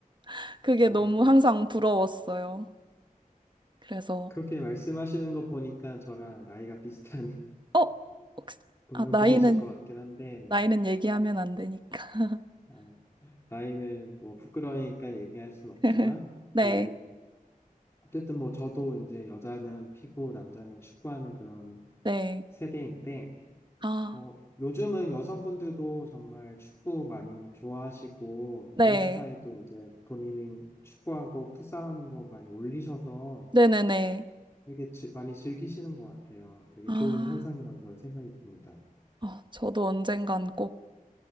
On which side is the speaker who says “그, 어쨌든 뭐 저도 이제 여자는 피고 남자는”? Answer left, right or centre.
Left